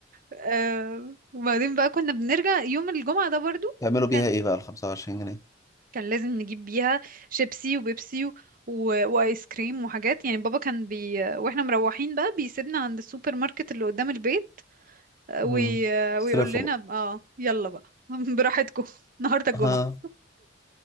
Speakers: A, on the right (about 45°); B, on the left (about 15°).
A: آه وبعدين بقى كنا بنرجع يوم الجمعه ده برضو
B: تعملوا بيها
A: كان
B: ايه بقى ال 25 جنيه
A: كان لازم نجيب بيها شيبسي وبيبسي و... و... وايس كريم وحاجات يعني بابا كان بي... واحنا مروحين بقى بيسيبنا عند السوبر ماركت اللي قدام البيت آه،
B: مم.
A: وي...
B: صرفوا
A: ويقول لنا
B: بقى
A: اه يلا بقى <laughs> براحتكم النهارده الجمعة
B: ها